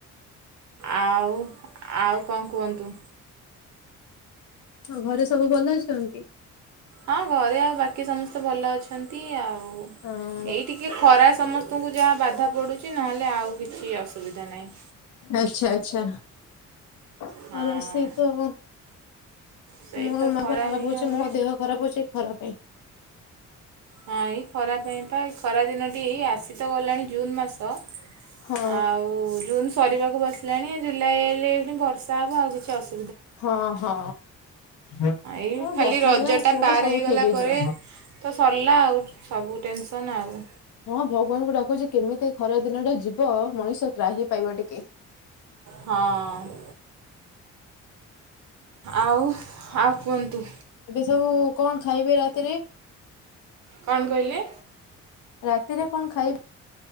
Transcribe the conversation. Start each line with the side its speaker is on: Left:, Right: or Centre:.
Right: ଆଉ ଆଉ କଣ କୁହନ୍ତୁ।
Left: ଆଉ ଘରେ ସବୁ ଭଲ ଅଛନ୍ତି।
Right: ହଁ ଘରେ ଆଉ ବାକି ସମସ୍ତେ ଭଲ ଅଛନ୍ତି ଆଉ
Left: ହଁ
Right: ଏଇ ଟିକେ ଖରା ସମସ୍ ସ୍ତଙ୍କୁ ଯାହା ବାଧା ପଡୁଛି ନହେଲେ ଆଉ କିଛି ଅସୁବିଧା ନାହିଁ।
Left: ଆଚ୍ଛା ଆଚ୍ଛା ଖରା
Right: ହଁ
Left: ସେତ ଅ
Right: ସେଇ
Left: ମୋ
Right: ତ
Left: ମାଙ୍କ
Right: ଖରା
Left: ଖରାପ୍
Right: ହିଁ
Left: ହଉଛି
Right: ଆଉ
Left: ମୋ ଦେହ ଖରାପ୍ ହଉଛି ଖରା ପାଇଁ।
Right: ହଁ ଏଇ ଖରା ପାଇଁ ପା ଏ ଖରା ଦିନ ଏଇ ଆସି ତ ଗଲାଣି ଜୁନ୍ ମାସ
Left: ହଁ
Right: ଆଉ ଓଃ ଜୁନ୍ ସରିବାକୁ ବସିଲାଣି ଜୁଲାଇ ହେଲେ ବି ବର୍ଷା ହବ ଆଉ କିଛି ଅସୁ
Left: ହଁ ହଁ ହଁ
Right: ଏଇ ଖାଲି
Left: ବର୍ଷା
Right: ରଜଟା
Left: ଦିନ ଆସିଗଲେ
Right: ପାର
Left: ସବୁ
Right: ହେଇଗଲା
Left: ଠିକ୍ ହେଇଯିବ।
Right: ପରେ ତ ସରିଲା ଆଉ ସବୁ ଟେନ୍ ସନ୍ ଆଉ।
Left: ହଁ ଭଗବାନଙ୍କୁ ଡାକୁଛି କେମିତି ଏ ଖରା ଦିନ ଟା ଯିବ ମଣିଷ ତ୍ରାହୀ ପାଇବ ଟିକେ।
Right: ହଁ ଆଉ ଆଉ କୁହନ୍ତୁ।
Left: ଏବେ ସବୁ କଣ ଖାଇବେ ରାତିରେ।
Right: କଣ କହିଲେ।
Left: ରାତିରେ କଣ ଖାଇ